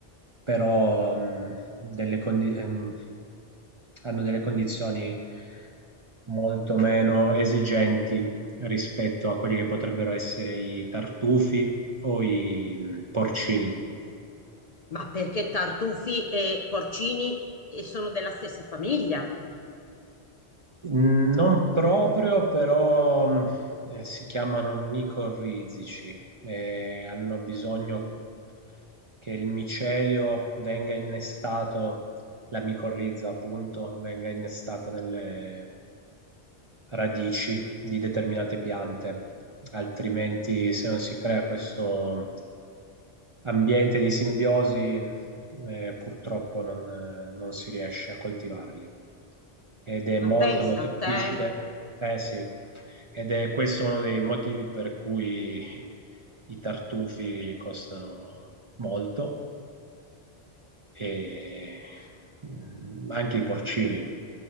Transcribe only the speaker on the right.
però mh, delle condi- ehm, hanno delle condizioni molto meno esigenti rispetto a quelli che potrebbero essere i tartufi o i mh, porcini.
Non proprio, però mh, eh, si chiamano micorrizici e hanno bisogno che il micelio venga innestato, la micorrizza appunto, venga innestata nelle radici di determinate piante, altrimenti se non si crea questo ambiente di simbiosi, eh, purtroppo non eh, non si riesce a coltivarli ed è
molto
molto
difficile.
Eh sì, ed è questo uno dei motivi per cui i tartufi costano molto e mm, anche i porcini.